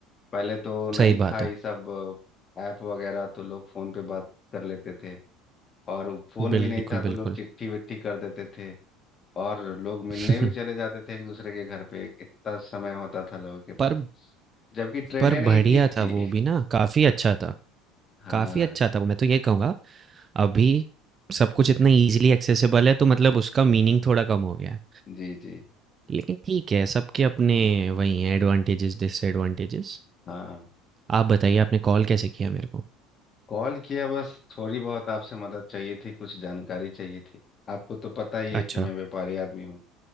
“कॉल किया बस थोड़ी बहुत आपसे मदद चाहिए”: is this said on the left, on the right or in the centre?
Left